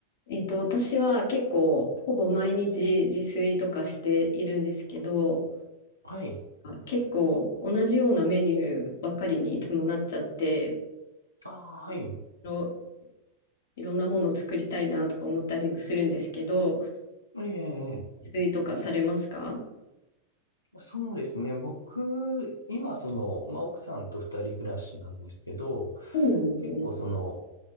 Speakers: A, on the left; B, on the left.
A: えっと、私は結構、ほぼ毎日自炊とかしているんですけど、
B: はい。
A: あ結構同じようなメニューばっかりにいつもなっちゃって、
B: ああ、はい。
A: いろ、いろんなものを作りたいなとか思ったりもするんですけど、
B: ええ、ええ
A: 自炊とかされますか
B: そうですね。僕、今、その、まあ、奥さんと二人暮らしなんですけど、
A: そうなんですね。
B: 結構、その、